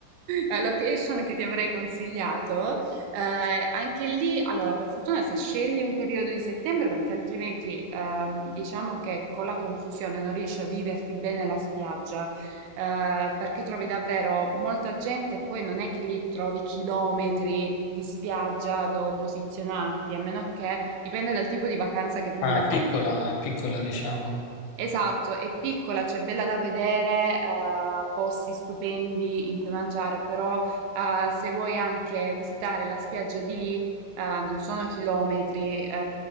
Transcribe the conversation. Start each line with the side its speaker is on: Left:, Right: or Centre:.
Right: eh, <laughs> location che ti avrei consigliato. Eh, anche lì, allora, per fortuna se scegli un periodo di settembre, perché altrimenti ehm, diciamo che con la confusione non riesci a viverti bene la spiaggia eh, perché trovi davvero molta gente e poi non è che lì trovi chilometri di spiaggia dove posizionarti, a meno che dipende dal tipo di vacanza che tu
Left: Ah,
Right: vuoi
Left: è
Right: fare.
Left: piccola, è piccola, diciamo.
Right: Esatto, è piccola, cioè bella da vedere, eh, posti stupendi in cui mangiare, però eh, se vuoi anche visitare la spiaggia di lì, eh, non sono chilometri eh,